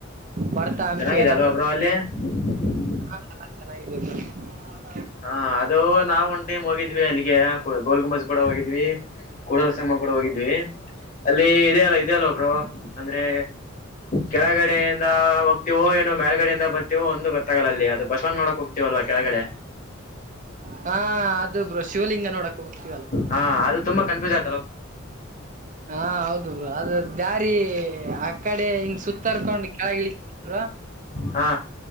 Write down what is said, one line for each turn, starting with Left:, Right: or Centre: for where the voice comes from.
Right: ಭರ್ತ ಹಂಪಿ
Left: ಚೆನ್ನಾಗಿದೆ
Right: ಎಲ್ಲಾ ನೋಡ್
Left: <unintelligible>
Right: ಹ್ ಚೆನ್ನಾಗಿದ್ದಾ ಬ್ರೋ
Left: ಹಾ ಅದು ನಾವ್ ಒಂದ ಟೀಮ್ ಹೋಗಿದ್ವಿ ಅಲ್ಲಿಗೆ ಗೋಲ್ ಗುಂಬಜ್ ಕೂಡ ಹೋಗಿದ್ವಿ ಕೂಡಲ ಸಂಗಮ ಕೂಡಾ ಹೋಗಿದ್ವಿ ಅಲ್ಲಿ ಇದೆ ಅಲ್ಲ ಇದೆ ಅಲ್ ಬ್ರೋ ಅಂದ್ರೆ ಕೆಳಗಡೆ ಯಿಂದ ಬರ್ವೋ ಏ ಮೇಲ್ಗಡಿಂದ ಬರ್ತವೋ ಒಂದು ಗೊತ್ತಾಗಲ್ಲ ಅದು ಬಸವಣ್ಣ ನೋಡಕ್ ಹೋಗ್ತಿವಲ್ವಾ ಕೆಳಗಡೆ
Right: ಹಾ ಅದು ಬ್ರೋ ಶಿವಲಿಂಗ ನೋಡಕ್ ಹೋಗ್ತೀವಲಾ
Left: ಹಾ ಅದು ತುಂಬ ಕನ್ಸಪುಜ್ ಆಗ
Right: ಹಾ ಹೌದು ಬ್ರೋ ಅದು ದಾರಿ ಆ ಕಡೆ ಹಂ ಸುತ್ತಾರ್ಕೊಂಡ ಕೆಳಗಿಳಿ ಬ್ರೋ
Left: ಹಾ